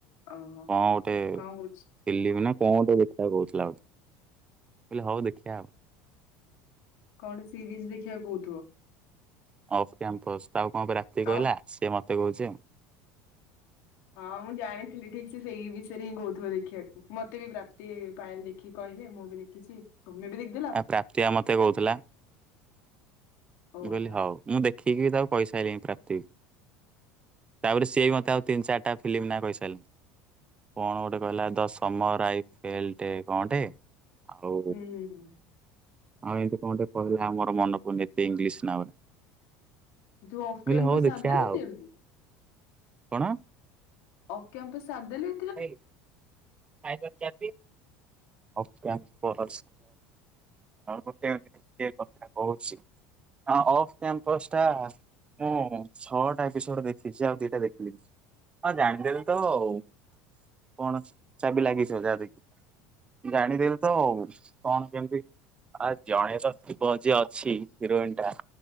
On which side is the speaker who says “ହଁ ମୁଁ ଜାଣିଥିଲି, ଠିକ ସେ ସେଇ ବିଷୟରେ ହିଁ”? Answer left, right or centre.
Left